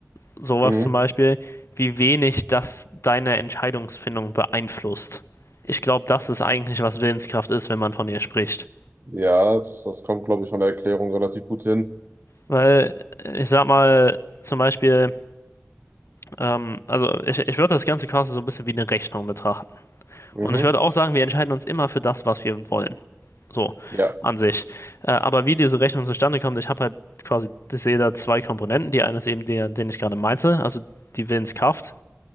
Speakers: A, on the left; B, on the right.
A: sowas
B: Mhm.
A: zum Beispiel, wie wenig das deine Entscheidungsfindung beeinflusst. Ich glaube, das ist eigentlich, was Willenskraft ist, wenn man von ihr spricht.
B: Ja, das, das kommt, glaube ich, von der Erklärung relativ gut hin.
A: Weil äh, ich sag mal, zum Beispiel, ähm, also ich, ich würde das ganze Casting so ein bisschen wie eine Rechnung betrachten.
B: Mhm.
A: Und ich würde auch sagen, wir entscheiden uns immer für das, was wir wollen. So,
B: Ja,
A: an sich. Äh, aber wie diese Rechnung zustande kommt, ich habe halt quasi, ich sehe da zwei Komponenten. Die eine ist eben der, den ich gerade meinte, also die Willenskraft.